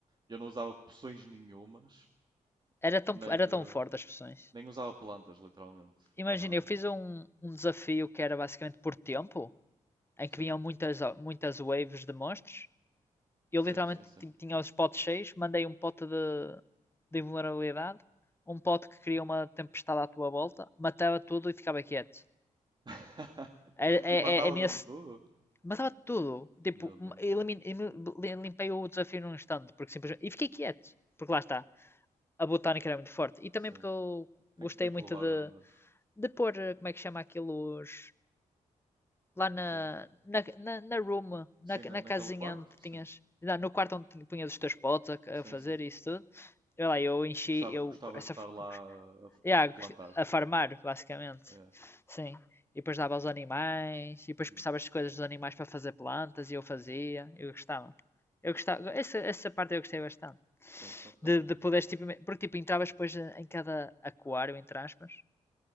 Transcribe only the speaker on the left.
Era tão,
era
tão forte as poções.
Imagina,
eu fiz um, um desafio que era basicamente por tempo, em
que vinham muitas, muitas waves de monstros, eu
literalmente
tinha os potes cheios, mandei um pote de, de invulnerabilidade, um pote que cria uma tempestade à tua volta, matava tudo e ficava quieto.
É, é,
é, é nesse.
Matava tudo. Tipo,
m- elimin- limpei o desafio num instante, porque simplesmente. E fiquei quieto, porque lá está. A botânica era muito forte. E também
porque eu
gostei
muito
de,
de pôr, eh, como é que chama aquilo, os, lá na,
na, na, na room, na,
na
casinha
onde
tinhas, lá no quarto onde tinha- punhas os teus potes a,
a fazer
isso tudo. Eu lá, eu enchi,
eu,
essa,
yeah,
a farmar, basicamente.
Sim. E depois dava aos animais, e depois
precisavas de coisas dos animais para fazer plantas, e eu fazia, eu gostava. Eu gostava, essa, essa parte eu gostei bastante.
De, de poderes, tipo, me- porque tipo, entravas depois eh, em cada aquário, entre aspas,